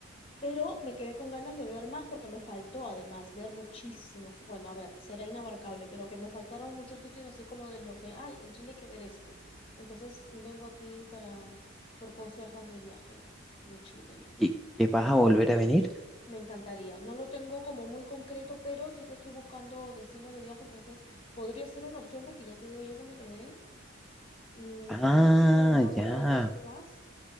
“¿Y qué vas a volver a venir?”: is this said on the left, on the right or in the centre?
Centre